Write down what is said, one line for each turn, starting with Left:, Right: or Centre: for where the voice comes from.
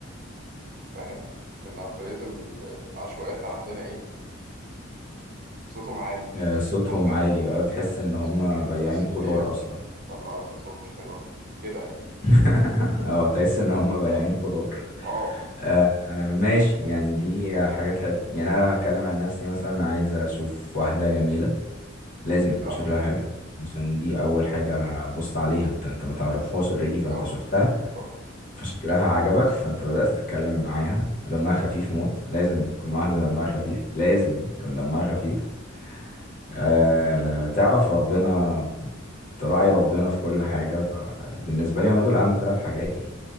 Right: فاهم لان اكتريه ال- العشوائيات اللي عندنا ايه صوتهم عالي
Left: آه، صوتهم
Right: صوتهم غريب
Left: عالي بقى وتحس ان هم
Right: صوتهم غريب
Left: بياعين
Right: تحس ان
Left: خضار
Right: هي
Left: اصلا
Right: تطلع لك اصوات مش حلوه كده يعني
Left: <laughs> اه تحس ان هم بياعين خضار
Right: اه
Left: آه، آه، ماشي يعني دي حاجات حلوه يعني انا لو هتكلم عن نفسي مثلا عايز اشوف واحده جميله لازم يبقى
Right: تلعب
Left: شكلها
Right: جيم
Left: حلو عشان دي اول حاجه هبص عليها انت انت ما تعرفهاش اوريدي
Right: اكيد
Left: فانت
Right: اه
Left: شفتها
Right: بالظبط
Left: فشكلها عجبك فانت بدات تتكلم معاها دمها خفيف موت لازم تكون واحده دمها خفيف لازم
Right: أكيد.
Left: يكون دمها خفيف آه تعرف ربنا تراعي ربنا في كل حاجة فبالنسبة لي هم دول أهم ثلاث حاجات يعني